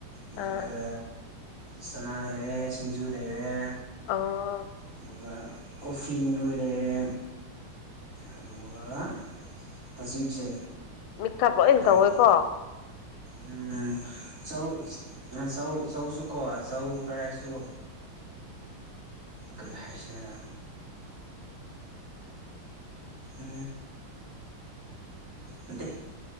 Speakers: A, on the right (about 35°); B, on the left (about 85°).
A: ꯑꯗꯨꯒ
B: ꯑꯥ
A: ꯆꯅꯥ ꯂꯩꯔꯦ ꯁꯤꯡꯖꯨ ꯂꯩꯔꯦ
B: ꯑꯥ
A: ꯑꯗꯨꯒ ꯀꯣꯐꯤ ꯂꯣꯏ ꯂꯩꯔꯦ ꯑꯗꯨꯒ ꯍꯧꯖꯤꯛꯁꯦ
B: ꯃꯤꯛꯊꯥꯞ ꯂꯣꯏꯅ
A: ꯀꯔꯤ
B: ꯇꯧꯋꯦꯀꯣ
A: ꯎꯝ ꯆꯧ ꯆꯧ ꯆꯧ ꯁꯨ ꯀꯣ ꯆꯧ ꯐꯔꯥꯏꯁꯨ ꯀꯔꯤ ꯍꯥꯏꯁꯤ ꯔꯥ ꯑ ꯅꯠꯇ